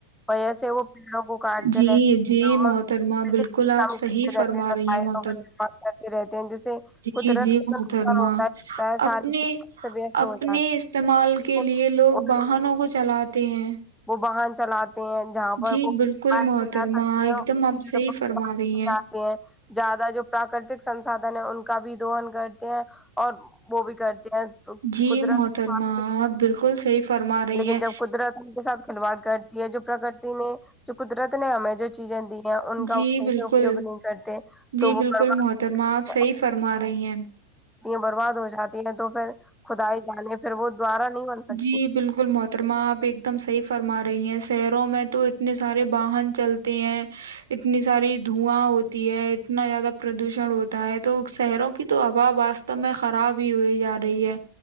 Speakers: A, in the centre; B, on the right (about 65°).
A: وجہ سے وہ پیڑوں کو کاٹتے
B: جی
A: رہتے
B: جی
A: ہیں اور
B: محترما بالکل آپ
A: کام
B: صحیح
A: کرتے
B: فرما
A: رہتے صفائیوں
B: رہی ہیں مح
A: کا استعمال کرتے رہتے ہیں جیسے
B: جی
A: قدرت
B: جی
A: کا
B: محترما
A: نقصان ہوتا ہی ہوتا ہے
B: اپنے
A: ساری چیز سے ویست ہو
B: اپنے
A: جاتی
B: استعمال کے
A: ہے
B: لیے لوگ
A: اور
B: واہنوں کو چلاتے ہیں
A: وہ باہن چلاتے ہیں جہاں پر
B: جی
A: وہ
B: بالکل
A: پ
B: محترمہ
A: چلا سکتے ہیں
B: ایک
A: اس
B: دم آپ
A: کی جگہ
B: صحیح فرما
A: پرر چ
B: رہی
A: جاتے ہیں زیادہ جو پراکرتک سسادھن ہے ان کا بھی دوہن کرتے ہیں اور وہ بھی کرتے ہیں تو
B: جی
A: قدرت
B: محترمہ
A: کا
B: آپ بالکل صحیح فرما رہی
A: لیکن
B: ہیں
A: جب قدرت ان کے ساتھ کلواڑ کرتی ہے جو پرکرتی نے جو قدرت نے ہمیں جو چیزیں دی ہیں ان
B: جی
A: کا وہ صحیح
B: بالکل
A: سے اپیوگ نہیں کرتے
B: جی
A: تو وہ
B: بالکل
A: برباد
B: محترمہ
A: ہو جاتی
B: آپ صحیح فرما رہی ہیں
A: برباد ہو جاتی ہے تو پھر خدائی جانے پھر وہ دوارہ نہیں بن سکتی
B: جی بالکل محترمہ آپ ایک دم صحیح فرما رہی ہیں شہروں میں تو اتنے سارے واہن چلتے ہیں اتنی ساری دھواں ہوتی ہے اتنا زیادہ پردوشن ہوتا ہے تو شہروں کی تو آبا واستو میں خراب بھی ہوئے یاد رہی ہے